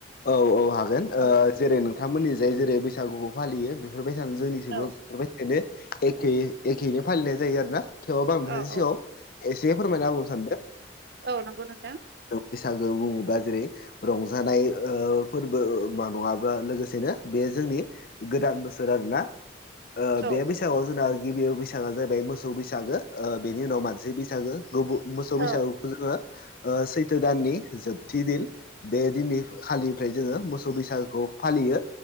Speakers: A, on the left; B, on the right.
A: औ औ हागोन ओ
B: औ
A: जेरै नोंथांमोननि जाय जेरै बैसागुखौ फालियो बेफोरबायदिनो जोंनि
B: औ
A: <unintelligible> एखेैनो फालिनाय जायो आरो ना। थेवबाबो आं नोंथांनि
B: औ
A: सिगाङाव
B: औ
A: एसे फोरमायना होबावनो सानदों।
B: औ नंगौ नोंथां
A: बैसागो बुङोबा जेरै रंजानाय ओ फोरबो मा नङाबा लोगोसेनो बे जोंनि गोदान बोसोर आरोना। ओ
B: औ
A: बे बैसागोआव जोंना गिबि बैसागा जाहैबाय मोसौ बैसागो ओ बेनि उनाव मानसि बैसागो। गुबु मोसौ बैसागुखौ
B: औ
A: जोङो ओ सैथो दाननि जोबथि दिन बे दिननि खालिनिफ्राय जोङो मोसौ बैसागुखौ फालियो